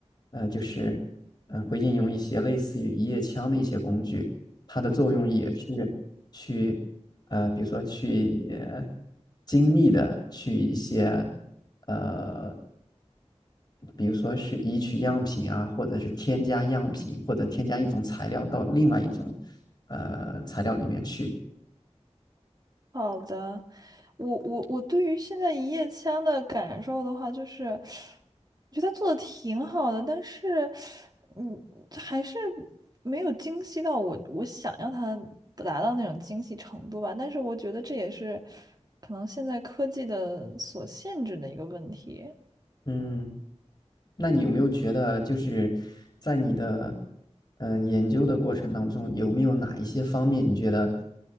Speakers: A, on the left (about 35°); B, on the right (about 35°).
A: 呃，就是嗯、呃会应用一些类似于一叶枪的一些工具，它的作用也是去呃，比如说去呃精密的去一些呃，比如说是移取样品啊，或者是添加样品，或者添加一种材料到另外一种呃材料里面去，
B: 好的。我我我对于现在一夜枪的感受的话，就是。我觉得他做的挺好的，但是，嗯，还是没有精细到我我想要他达到那种精细程度吧。但是我觉得这也是可能现在科技的所限制的一个问题。
A: 嗯。那你有没有觉得，就是在你的嗯、呃研究的过程当中，有没有哪一些方面你觉得